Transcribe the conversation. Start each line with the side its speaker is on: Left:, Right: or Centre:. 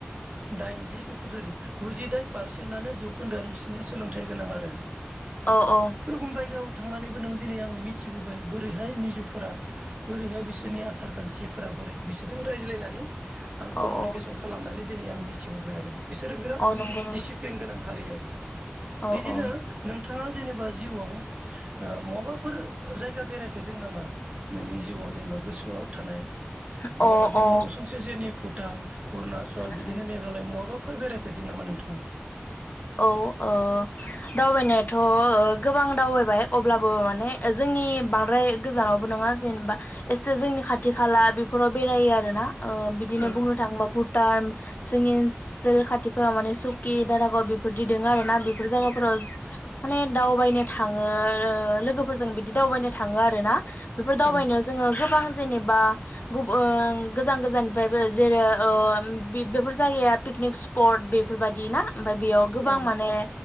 Right: दाइनजि उखुज गुजिदाइन पारसेन्टनो जौखोन्दोआनो बिसोरनिया सोलोंथाइ गोनां आरो
Left: अ अ
Right: खम जायगायाव थांनानैबो नों दिनै आं मिथिबोबाय बोरैहाय मिजुफोरा बोरैहाय बिसोरनि आसार खान्थिफोरा बोरै बिसोरजों रायज्लायनानै आं
Left: औ
Right: कमिउनिकेसन
Left: औ
Right: खालामनानै दिनै आं मिथिबोबाय आरो बिसोरो बिराद
Left: औ नंगौ नंगौ
Right: दिडिसिप्लिन गोनां। हारि आरो
Left: औ
Right: बिदिनो
Left: औ
Right: नों बिथांङा जेनेबा जिउआव ओ महाबाफोर जायगा बेरायफेरदों नामा नोंनि जिउआव जेनेबा गोसोआव थानाय बहाबा
Left: अ
Right: जोंनि
Left: अ
Right: उसुं सेर सेरनि भुटान अरुणाचल
Left: उम
Right: बिदिनो
Left: उम
Right: मेघालय मवाबा फोर बेरायफेरदों नामा नोंथांङा?
Left: औ ओ दावबायनाया थ' गोबां दावबायबाय अब्लाबो माने जोंनि बांद्राय गोजानावबो नङा जेनेबा एसे जोंनि खाथि खाला बेफोराव बेरायो आरो ना ओ बिदिनो
Right: औ
Left: बुंनो थाङोबा भुटान जोंनि ओनसोल खाथिफोराव माने सुकि दारागाव बे फोरदि दोंआरोना बेफोर जागाफोराव हो माने दावबायनो थाङो ओ लोगोफोरजों बिदि दावबायनो थाङो आरोना बेफोर दावबायनायाव
Right: औ
Left: जोङो गोबां जेनेबा गुबन गोजान गोजाननिफ्रायबो जेरो-ओ हम बिबेफोर जायगाया पिकनिक स्पट बेफोरबादि ना ओमफाइ बेयो गोबां
Right: औ
Left: माने-हो